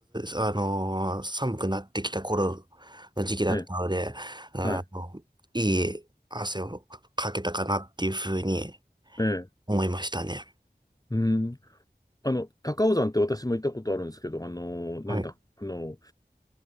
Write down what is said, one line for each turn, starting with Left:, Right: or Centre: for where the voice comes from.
Right: 涼、あのー寒くなってきた頃の時期だったので、
Left: ええ。
Right: あの、
Left: はい。
Right: いい汗をかけたかなっていうふうに
Left: ええ。
Right: 思いましたね。
Left: うん。あの、高尾山って私も行ったことあるんですけど、あのーなんだ、
Right: はい。
Left: あのー